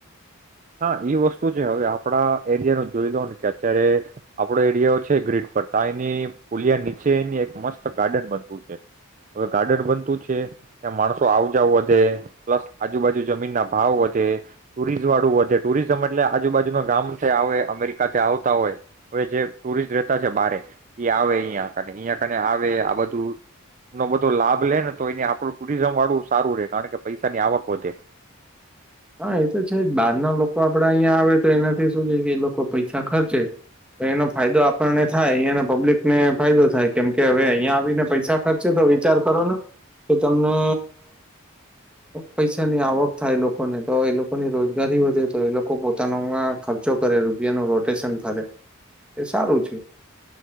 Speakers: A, on the right; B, in the centre.
A: હા એ વસ્તુ છે હવે આપણા એરિયાનું જ જોઈ લો ને કે અત્યારે આપણો એરિયા છે ગ્રીટ પર તાઈની પુલિયા નીચે અહીંયા એક મસ્ત ગાર્ડન બનતું છે હવે ગાર્ડન બનતું છે ત્યાં માણસો આવજાવ વધે પ્લસ આજુબાજુ જમીનના ભાવ વધે, ટુરિઝવાળુ વધ ટુરિઝમ એટલે આજુબાજુના ગામથી આવે અમેરિકાથી આવતા હોય હવે જે ટુરિસ્ટ રહેતા છે બારે ઈ આવે અહીંયા <unintelligible> અહીંયા તાણે આવે આ બધું નો લાભ લે ને તો આપણું ટુરિઝમવાળુ સારું રે કારણ કે પૈસાની આવક વધે.
B: હા એ તો છે જ બહાર ના લોકો આપણા અહીયાં આવે તો એનાથી શું છે કે ઈ લોકો પૈસા ખર્ચે તો એનો ફાયદો આપણને થાય અહીયાને પબ્લિકને ફાયદો થાય કેમ કે કે હવે અહીંયા આવીને પૈસા ખર્ચે તો વિ વિચાર કરો ને કે તમને પૈસાની અ આવક થાય લોક લોકોને તો એ લોકોની રોજગારી વધે તો એ લોકો પોતાનોમાં ખર્ચો કરે રૂપિયાનું રોટેશન ફરે એ સારું છે.